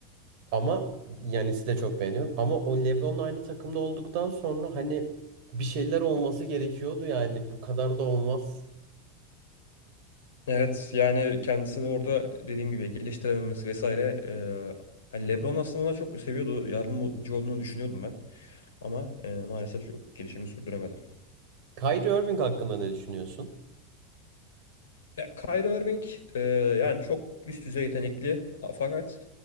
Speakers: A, on the right; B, on the left.
A: Ama Yanis'i de çok beğeniyorum. Ama o LeBron'la aynı takımda olduktan sonra hani bir şeyler olması gerekiyordu yani bu kadar da olmaz.
B: Evet yani kendisini orada dediğim gibi geliştirememesi vesaire e, hani LeBron aslında ona çok seviyordu yardımcı olduğunu düşünüyordum ben ama e, maalesef çok gelişimini sürdüremedi.
A: Kyrie Irving hakkında ne düşünüyorsun?
B: Ya Kyrie Irving e, yani çok üst düzey yetenekli A- fakat